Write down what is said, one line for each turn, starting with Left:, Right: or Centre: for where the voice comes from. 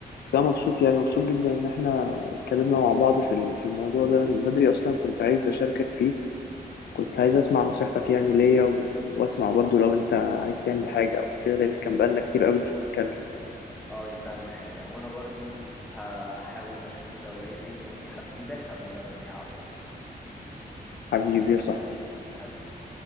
Left: بس أنا مبسوط يعني مبسوط جدا إن إحنا اتكلمنا مع بعض في ال- في الموضوع ده أنا من بدري أصلا كنت عايز أشاركك فيه كنت عايز أسمع نصيحتك يعني ليا و... وأسمع برضو لو أنت عايز تعمل حاجة أو كده لأن كان بقالنا كتير قوي مش بنتكلم
Centre: اه دي فعلا حقيقة وانا برضو هحاول اشوف لو لقيت اي نصيحة تفيدك هبلغك بيها على طول
Left: حبيبي يا صاحبي
Centre: حبيبي